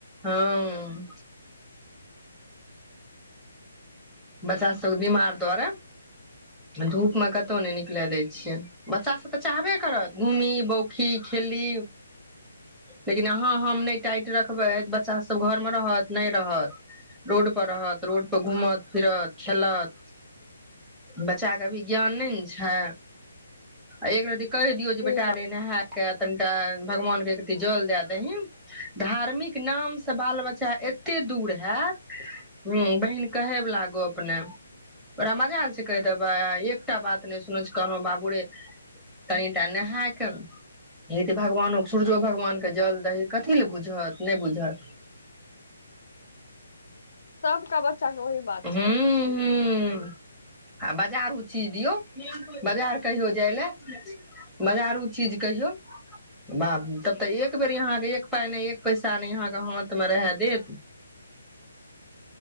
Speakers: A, in the centre; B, on the left.
A: हँ बच्चासभके बीमार दुआरे धूपमे कतहु नहि निकलय दै छियै बच्चासभ तऽ चाहबे करत घूमी बौखी खेली लेकिन अहाँ हम नहि टाइट रखबै त बच्चासभ घरमे रहत नहि रहत रोडपर रहत रोडपर घूमत फिरत खेलत बच्चाके अभी ज्ञान नहि ने छै एक रति कहि दियौ जे बटा
B: ई बात
A: रे नहय के तनिटा भगवानके जल दए दही धार्मिक नामसँ बाल बच्चा एते दूर हैत ह बहिन कहे कहै वला गप नहि ओकरा मजाल छै कहि देबै एकटा बात नहि सुनै कहल बाबू रे कनिटा नहायके हे भगवानो सूरजो भगवान के जल दही कथी लए बुझत नहि बुझत
B: सब कऽ बच्चा चलू ओहि बात
A: हूं
B: छै
A: हूं आ बजारू चीज दियौ बजार कहियो जाय लेल बजारू चीज कहियो बा तब तऽ एक बेर अहाँ एक पाइ नहि एक पैसा नहि यहाँ हाथ मे रह देत